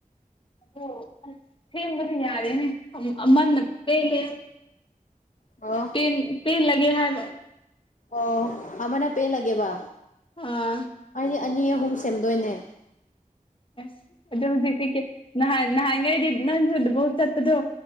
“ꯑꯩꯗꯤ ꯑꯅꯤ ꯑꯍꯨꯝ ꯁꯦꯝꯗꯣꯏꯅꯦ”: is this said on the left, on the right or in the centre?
Left